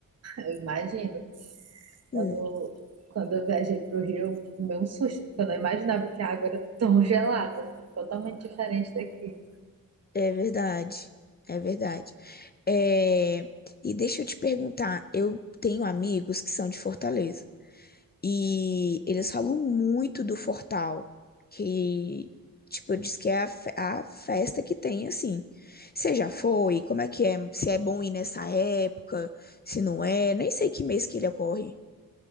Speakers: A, on the right; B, on the left.
A: Eu imagino.
B: Hum,
A: Quando, quando eu viajei para o Rio, eu tomei um susto, porque eu não imaginava que a água era tão <laughs> gelada, totalmente diferente daqui.
B: É verdade, é verdade. É, E deixa eu te perguntar, eu tenho amigos que são de Fortaleza. E eles falam muito do Fortal, que, tipo, diz que é a, fe- a festa que tem, assim. Você já foi? Como é que é? Se é bom ir nessa época, se não é? Nem sei que mês que ele ocorre.